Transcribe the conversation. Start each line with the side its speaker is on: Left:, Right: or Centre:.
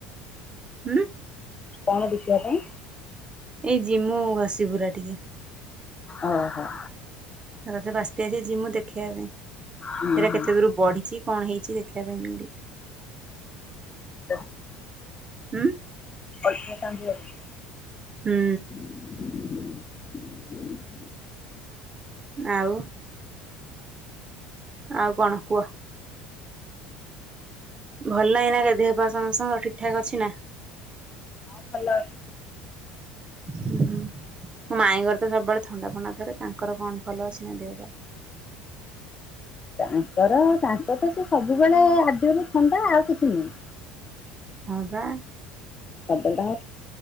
Right: ହୁଁ।
Left: କଣ ଦେଖିବା ପାଇଁ?
Right: ଏଇ ଯିମୁ ଘସିପୁରା ଟିକେ।
Left: ଓ ହ।
Right: ରଜ ବାସି ବାସିତି ଯିମୁ ଦେଖେଇବା ପାଇଁ।
Left: ହୁଁ
Right: ହେରା
Left: ହୁଁ
Right: କେତେ ଦୂରୁ ବଢିଚି କଣ ହେଇଚି ଦେଖିବା ପାଇଁ ଯିମୁ ଟିକେ।
Left: ତସ୍
Right: ହୁଁ।
Left: ଅଲ୍ପ ଶାନ୍ତି ହବନି।
Right: ହୁଁ
Left: <unintelligible>
Right: ଆଉ ଆଉ କଣ କୁହ ଭଲ ନାହିଁ ନା କେ ଦେହ ପା ସମସ୍ତଙ୍କର ଠିକ ଠାକ ଅଛି ନା।
Left: ହଁ ଭଲ ଅଛି।
Right: ହୁଁ ହୁଁ ମୋ ମାଇଁଙ୍କର ତ ସବୁବେଳେ ଥଣ୍ଡା ଫଣ୍ଡା ଥରେ ତାଙ୍କର କଣ ଭଲ ଅଛି ନା ଦେହ ପା?
Left: ତାଙ୍କର ତାଙ୍କ ତ ସେ ସବୁବେଳେ ଆଦ୍ୟରୁ ଥଣ୍ଡା ଆଉ କିଛି ନୁହେଁ।
Right: ହଁ ବା
Left: ସବୁବେଳେ ତାଙ୍କର